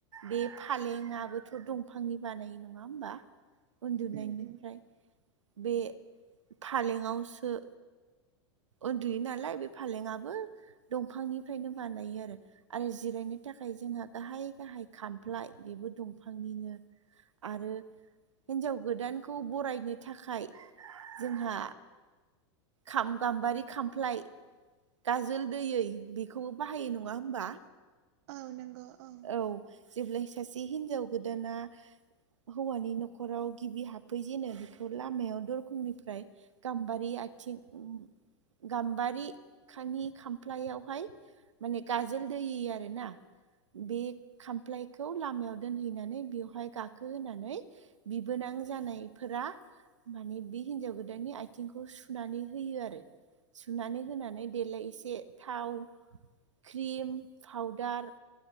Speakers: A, on the right; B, on the right.
A: बे फालेङाबोथ' दंफांनि बानाय नङा नङा ओमबा उन्दुनायनिफ्राय
B: उम उम
A: बे फालेङावसो उन्दुयो नालाय बे फालेङाबो दंफांनिफ्रायनो बानायो आरो आरो जिरायनो थाखाय जोंहा गाहाय गाहाय खामफ्लाय बेबो दंफांनिनो आरो हिन्जाव गोदानखौ बरायनो थाखाय जोंहा खाम गाम्बारि खामफ्लाय गाजोल दैयै बेखौबो बाहायो नङा होमबा
B: औ नोंग' अ
A: औ जेब्लाय सासे हिनजाव गोदाना हौवानि नखराव गिबि हाबफै जेनो बेखौ लामायाव दरखंनिफ्राय गाम्बारि आइथिं गाम्बारिखानि खामफ्लायावहाय माने गाजोल दैयि आरो ना बे खामफ्लायखौ लामायाव दोनहैनानै बेवहाय गाखोहोनानै बिबोनां जानायफोरा माने बे हिन्जाव गोदाननि आइथिंखौ सुनानै होयो आरो। सुनानै होनानै देलाय एसे थाव क्रिम फावदार